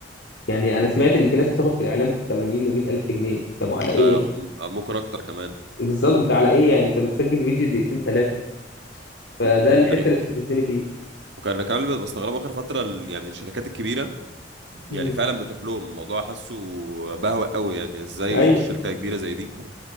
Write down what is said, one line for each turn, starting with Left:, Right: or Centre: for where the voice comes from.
Left: يعني انا سمعت ان في ناس بتاخد في الاعلام 80 و100 الف جنيه طب على ايه
Right: ده
Left: يا ابني؟
Right: م- ممكن اكتر كمان
Left: بالظبط انت على ايه يعني انت بتسجل فيديو دقيقتين ثلاثة فده
Right: و... و...
Left: الحته
Right: يعني
Left: اللي بتستفزني فيه
Right: وكان كان اللي بستغربه اخر فتره ال- يعني الشركات الكبيره
Left: امم
Right: يعني فعلا بتروح لهم الموضوع حاسه بهوأ قوي يعني ازاي
Left: ايوه
Right: شركه كبيره زي دي